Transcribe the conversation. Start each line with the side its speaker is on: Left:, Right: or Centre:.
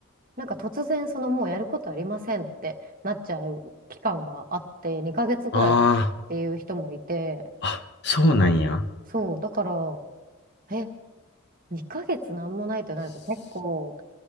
Right: なんか突然そのもうやることありませんってなっちゃう期間があって、2ヶ月ぐらいあったっていう人もいて、
Left: あーあ、そうなんや。
Right: そう、だから、え、2ヶ月なんもないとなると結構、